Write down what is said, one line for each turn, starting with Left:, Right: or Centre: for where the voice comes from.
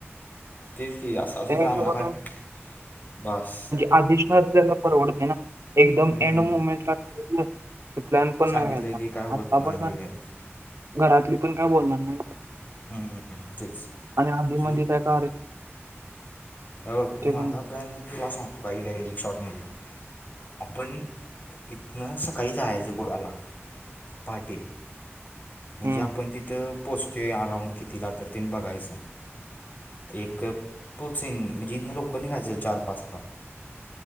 Left: तेच की असं असं
Right: त्या
Left: जाणार
Right: हिशोबानं
Left: हाय बास.
Right: आधिष्ठ त्याला परवडते ना एकदम
Left: हम्म.
Right: एंड मोमेंट ला ठरवलं ते प्लॅन पण
Left: सांगितलं
Right: नाही व्हायचा
Left: की काय होत
Right: आता
Left: नाही
Right: पासन
Left: होय हम्म,
Right: घरातली पण काय बोलणार नाही.
Left: हम्म हम्म तेच.
Right: आणि आधी
Left: सो
Right: मधी काय का
Left: हबग माझा
Right: पण बघतील.
Left: पॅन मी तुला सांगतो काय डायलिक शॉर्ट मध्ये आपण इथनं सकाळी जायचं गोव्याला पहाटे. म्हणजे
Right: हम्म
Left: आपण तिथं पोचतोय अराऊंड कितीला तर तेन बघायचं. ते एक पोचिग म्हणजे इथन लवकर निघायचं चार, पाच ला.